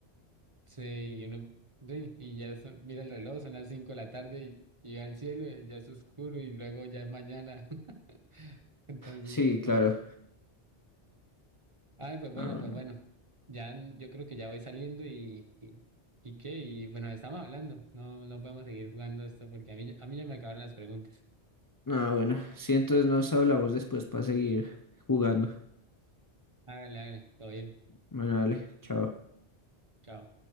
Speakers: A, on the right (about 30°); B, on the left (about 25°).
A: Sí, y uno, sí, y ya son, mira el reloj, son las 5 de la tarde y, y al cielo y ya es oscuro y luego ya es mañana. <laughs> Entonces,
B: Sí,
A: no.
B: claro.
A: Ay, pues bueno,
B: Ah, bueno.
A: pues bueno. Ya n- yo creo que ya voy saliendo y, y, y qué, y bueno, estamos hablando. No, no podemos seguir jugando esto porque a mí, a mí ya me acabaron las preguntas.
B: Ah, bueno, sí, entonces nos hablamos después para seguir jugando.
A: Hágale, hágale, todo bien.
B: Bueno, dale, chao.
A: Chao.